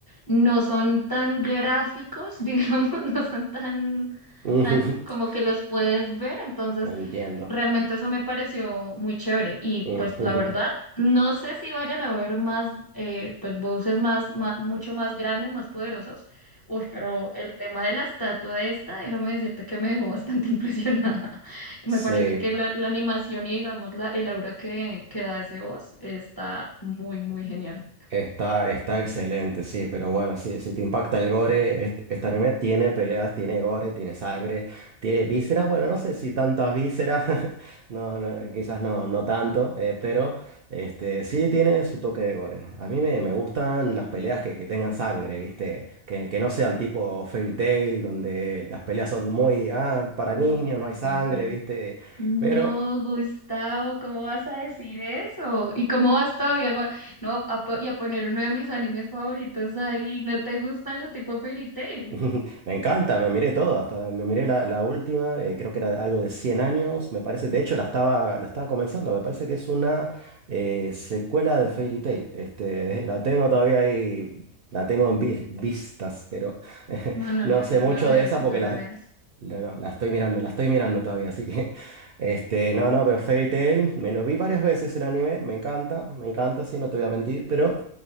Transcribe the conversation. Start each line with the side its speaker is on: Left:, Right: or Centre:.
Left: no son tan gráficos, <laughs> digamos, no son tan,
Right: <laughs>
Left: tan como que los puedes ver, entonces
Right: Entiendo.
Left: realmente eso me pareció muy chévere y
Right: <laughs>
Left: pues la verdad, no sé si vayan a ver más, eh, pues voces más, más, mucho más grandes, más poderosos Uy, pero el tema de la estatua esta, déjame decirte que me dejó bastante <laughs> impresionada. Me
Right: Sí.
Left: parece que la, la animación y digamos la, el aura que, que da ese voz está muy, muy genial.
Right: Está, está excelente, sí, pero bueno, sí, si te impacta el gore, este, este anime tiene peleas, tiene gore, tiene sangre, tiene vísceras, bueno, no sé si tantas vísceras, <laughs> no, no, quizás no, no tanto, eh, pero este, sí tiene su toque de gore. A mí me, me gustan las peleas que, que tengan sangre, ¿viste? Que, que no sean tipo Fairy Tail, donde las peleas son muy, ah, para
Left: Uy,
Right: niños, no hay sangre,
Left: sí.
Right: ¿viste?
Left: No,
Right: Pero
Left: Gustavo, ¿cómo vas a decir eso? ¿Y cómo vas todavía va- no, a, po- y a poner uno de mis animes favoritos ahí? ¿No te gustan los tipo Fairy Tail?
Right: <laughs> Me encanta, me miré todo, hasta me miré la, la última, eh, creo que era algo de 100 años, me parece, de hecho la estaba, la estaba comenzando, me parece que es una eh, secuela de Fairy Tail, este, <laughs> la tengo todavía ahí, la tengo en vi- vistas, pero <laughs>
Left: No, no,
Right: no
Left: la-
Right: sé
Left: no
Right: mucho
Left: la veas,
Right: de esa
Left: no
Right: porque
Left: la
Right: la,
Left: veas.
Right: la, no, la estoy mirando, la estoy mirando todavía, así que, <laughs> este, no, no, pero Fairy Tail, me lo vi varias veces el anime, me encanta, me encanta, sí, no te voy a mentir, pero...